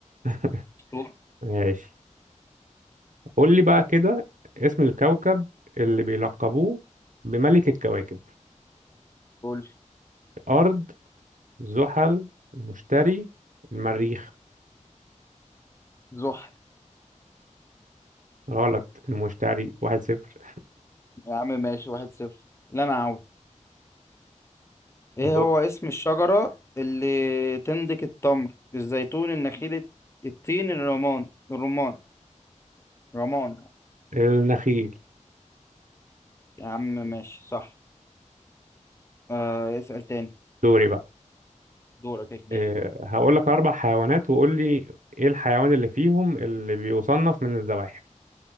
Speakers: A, on the right; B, on the left.
A: <laughs>
B: دور
A: ماشي قول لي بقى كده اسم الكوكب اللي بيلقبوه بملك الكواكب
B: قول
A: الأرض زحل المشتري المريخ
B: زحل
A: غلط المشتري واحد صفر
B: يا عم ماشي واحد صفر لا أنا عاوز إيه
A: دو-
B: هو اسم الشجرة اللي تنتج التمر الزيتون النخيل الت- التين الرمان الرمان رمان
A: النخيل
B: يا عم ماشي صح آه اسأل تاني
A: دوري بقى
B: دورك يا كبير
A: أه هقول لك أربع حيوانات وقول لي إيه الحيوان اللي فيهم اللي بيصنف من الزواحف